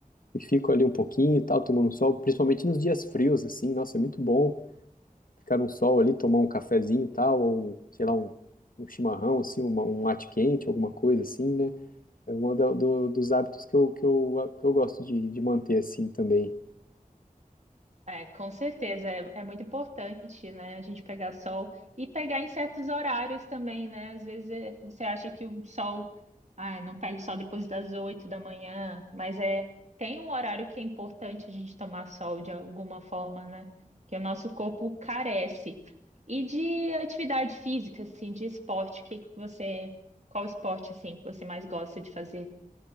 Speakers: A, on the left; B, on the right.
A: e fico ali um pouquinho e tal, tomando sol, principalmente nos dias frios, assim, nossa, é muito bom ficar no sol ali, tomar um cafezinho e tal, ou um, sei lá, um, um chimarrão, assim, uma- um mate quente, alguma coisa assim, né? É um do, do- dos hábitos que eu, que eu, que eu gosto de, de manter assim também.
B: É, com certeza, é, é muito importante, né, a gente pegar sol e pegar em certos horários também, né? Às vezes é- você acha que o sol, ai, não pega o sol depois das oito da manhã, mas é tem um horário que é importante a gente tomar sol de alguma forma, né? Que o nosso corpo carece. E de atividade física, assim, de esporte, o que que você, qual esporte assim que você mais gosta de fazer?